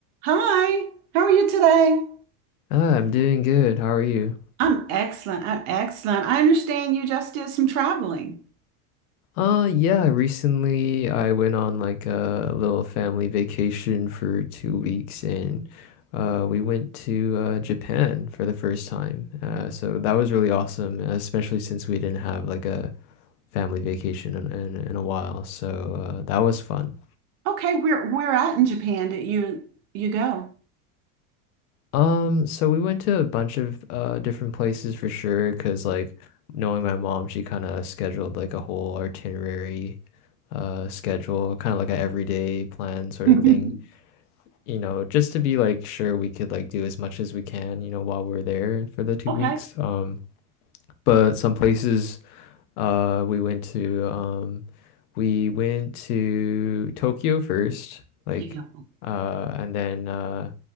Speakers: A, on the right; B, on the left.
A: Hi, how are you today?
B: Ah, I'm doing good. How are you?
A: I'm excellent. I'm excellent. I understand you just did some traveling.
B: Uh, yeah, recently I went on like a little family vacation for two weeks and uh we went to uh Japan for the first time. Uh, so that was really awesome, especially since we didn't have like a family vacation in in, in a while. So uh that was fun.
A: Okay, where where at in Japan did you you go?
B: Um, so we went to a bunch of uh different places for sure, 'cause like knowing my mom, she kind of scheduled like a whole itinerary uh schedule, kind of like a everyday plan sort
A: <laughs>
B: of thing, you know, just to be like sure we could like do as much as we can, you know, while we're there for the two
A: Okay.
B: weeks. Um, but some places uh, we went to um, we went to Tokyo first, like,
A: Yeah.
B: uh, and then uh,